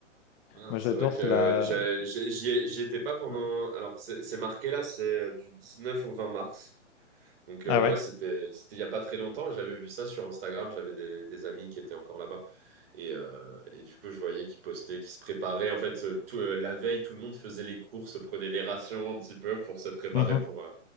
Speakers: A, on the right; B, on the left.
A: ouais non,
B: Moi,
A: c'est
B: j'adore,
A: vrai que
B: c'est la
A: j'ai- j'ai- j'y ai- j'y étais pas pendant.
B: Ouais.
A: Alors, c'est c'est marqué là, c'est euh, du 19 au 20 mars. Donc, euh,
B: ah ouais?
A: ouais, c'était c'était il y a pas très longtemps. J'avais vu ça sur Instagram. J'avais des, des amis qui étaient encore là-bas. Et, euh, et du coup, je voyais qu'ils postaient, qu'ils se préparaient. En fait, euh, tout, euh, la veille, tout le monde faisait les courses, prenait des rations un petit peu pour se préparer
B: Mmh
A: pour, euh,